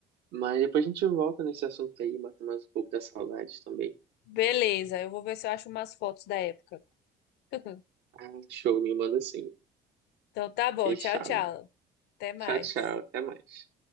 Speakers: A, on the right; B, on the left.
A: mas depois a gente volta nesse assunto aí, mata mais um pouco da saudade também.
B: Beleza, eu vou ver se eu acho umas fotos da época. <laughs>
A: Ah, show, me manda sim.
B: Então tá bom,
A: Fechado.
B: tchau, tchau. Até mais.
A: Tchau, tchau, até mais.